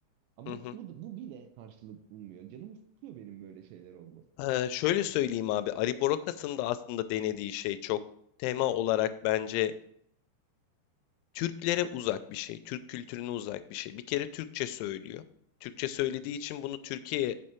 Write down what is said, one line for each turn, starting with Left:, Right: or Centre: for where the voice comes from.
Right: Ama
Left: hı hı.
Right: bu, da- bu bile karşılık bulmuyor. Canım sıkıyor benim böyle şeyler olması.
Left: Ee, şöyle söyleyeyim abi, Ari Borokas'ın da aslında denediği şey çok tema olarak bence Türklere uzak bir şey, Türk kültürüne uzak bir şey. Bir kere Türkçe söylüyor. Türkçe söylediği
Right: Hı hı,
Left: için bunu Türkiye